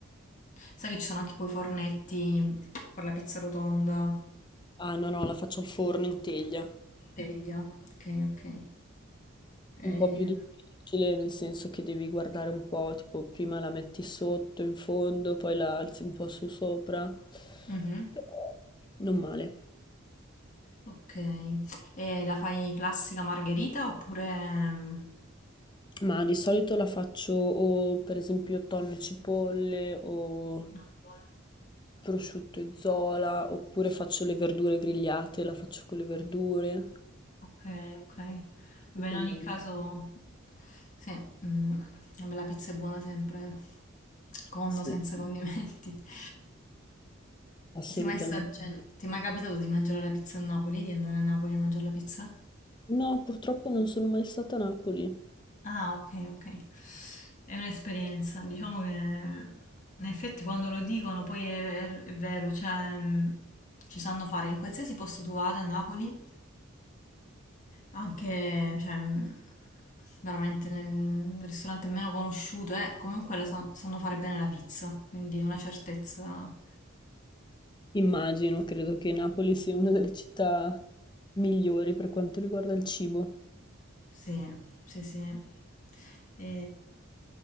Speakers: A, on the left; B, on the left.
A: Sai che ci sono anche quei fornetti per fare la pizza rotonda,
B: Ah, no, no, la faccio al forno in teglia.
A: in teglia. Ok, ok. Eh,
B: Un po' più difficile, nel senso che devi guardare un po', tipo, prima la metti sotto, in fondo, poi la alzi un po' su sopra.
A: Mm. mhm,
B: Però Non male.
A: ok. E la fai classica margherita oppure... mm,
B: Ma di solito la faccio o per esempio tonno e cipolle o
A: no, buona.
B: prosciutto e zola, oppure faccio le verdure grigliate, la faccio con le verdure.
A: Okay, okay. Vabbè,
B: Dipende.
A: in ogni caso, sì, mm, vabbè, la pizza è buona sempre, con
B: Sì,
A: o senza condimenti. <laughs>
B: assolutamente.
A: Sei mai sta- cioè,
B: sì.
A: ti è mai capitato di mangiare la pizza a Napoli, di andare a Napoli a mangiare la pizza?
B: No, purtroppo non sono mai stata a Napoli.
A: Ah, ok, ok. È un'esperienza, diciamo che in effetti quando lo dicono poi è, è è vero, cioè mm, ci sanno fare in qualsiasi posto tu vada a Napoli, Anche, cioè, mh, veramente nel ristorante meno conosciuto, eh, comunque la sa- sanno fare bene la pizza, quindi è una certezza.
B: Immagino, credo che Napoli sia una delle città migliori per quanto riguarda il cibo,
A: Sì, sì, sì. E,